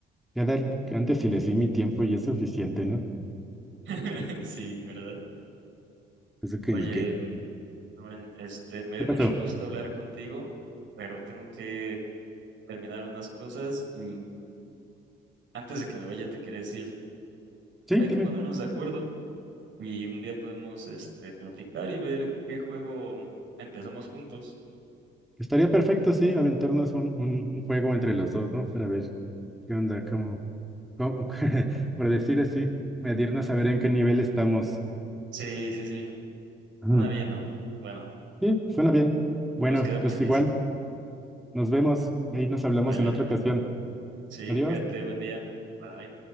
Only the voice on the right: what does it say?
<laughs> Sí, ¿verdad?
Oye,
mm, Rubén, este, me dio
mucho
gusto hablar contigo, pero tengo que terminar unas cosas y antes de que me vaya te quería decir,
hay
que ponernos de acuerdo y un día podemos, este, platicar y ver qué juego empezamos juntos.
Sí, sí, sí,
suena bien, ¿no? Bueno,
pues quedamos
en
eso.
Vale,
Rubén.
Sí,
cuídate, buen día. Bye.